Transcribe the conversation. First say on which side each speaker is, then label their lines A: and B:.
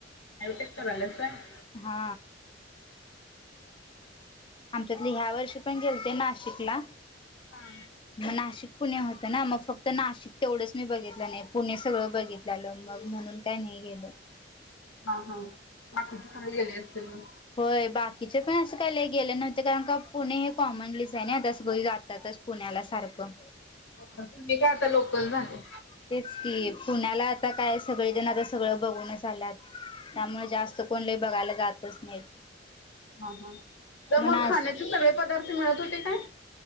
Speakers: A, on the left (about 85°); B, on the left (about 25°).
A: टेक्तार ल सग
B: हा आमच्यातले ह्या वर्ष पण गे नाशिकला
A: हा हा
B: नाशिक पुणे होतं ना मग फक्त नाशिक तेवढंच मी बघितलं नाही पुणे सगळं बघितलं आलं मग म्हणून काय नाही गलं
A: हा हा बाकी त काही गेले असतील म
B: होय बाकीचे पण असं काय गेले नव्हते कारण का पुणे हे कॉमनलीच आहे आता सग जात त्यातच पुण्याला सारखं
A: हो तुम्ही काय आता लोकल झाले
B: तेच की पुण्याला आता काय सगळेजण आता सगळं बघूनच आल्यात त्यामुळे जास्त कोण लय बघायला जातच नाही
A: हा हा इ मग
B: नाश
A: खाण्याचे सगळे पदार्थ मिळत होते काय